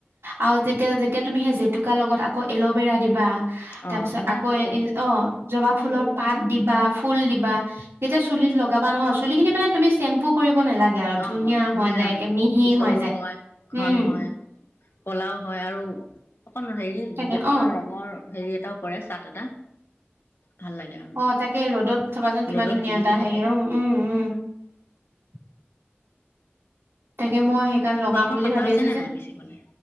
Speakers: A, on the right (about 80°); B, on the left (about 65°).
A: আৰু যেতিয়া, যেতিয়া তুমি সেই জেতুকা লগত আকৌ এল'ভেৰা দিবা তাৰ
B: অঁ
A: পিছত,
B: ধুনীয়া
A: আকৌ
B: পিছল
A: এ
B: হ'ব
A: অ জবা ফুলৰ
B: চুলি
A: পাত
B: মানে
A: দিবা ফুল দিবা। যেতি য়া চুলিত লগাব নহয়, চুলিখিনি মানে, তুমি চেম্পু কৰিব নালাগে আৰু
B: অ
A: ধুনীয়া
B: ধুনীয়া--পিছলো
A: হৈ যায় একে মিহি হৈ যায়
B: হয়,
A: উম
B: ঘন হয়, কলাও হয় আৰু অকণ হেৰি
A: তাকে
B: জেতুকা
A: অ
B: ৰঙৰ হেৰি এটাও পৰে, চাট এটা ভাল লাগে আৰু
A: অ তাকে, ৰ'দত থ'বাচোন, কিমান
B: ৰ'দত
A: ধুনীয়া
B: জিলিকি
A: এটা আহে।
B: থাকে
A: উম, উম, উম তাকে মই সেইকাৰণে
B: তোমালোকৰ
A: লগাম বুলি
B: পাতা
A: ভাবি
B: আছে
A: আছোঁ
B: নে
A: যে।
B: নাই পিচিবলে